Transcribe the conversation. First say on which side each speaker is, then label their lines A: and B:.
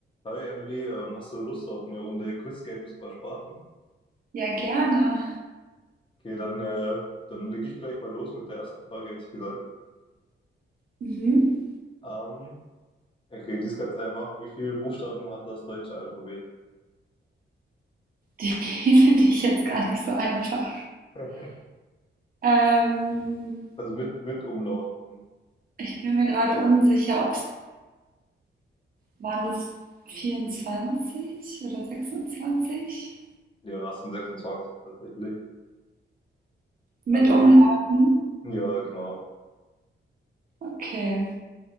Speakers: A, on the left; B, on the right.
A: Hi Emily, ähm, hast du Lust auf eine Runde Quiz Games über Sprachen?
B: Ja, gerne.
A: Okay, dann, äh, dann lege ich gleich mal los mit der ersten Frage, hätte ich gesagt.
B: Mhm.
A: Ähm, okay, die ist ganz einfach. Wie viele Buchstaben hat das deutsche Alphabet?
B: Die <laughs> finde ich jetzt gar nicht so einfach.
A: <laughs>
B: Ähm,
A: Also mit, mit Umlauten.
B: ich bin mir gerade unsicher, ob es waren das 24 oder 26?
A: Ja, es sind 26 tatsächlich.
B: Mit
A: Also
B: Umlagen?
A: mit, ja, genau.
B: Okay.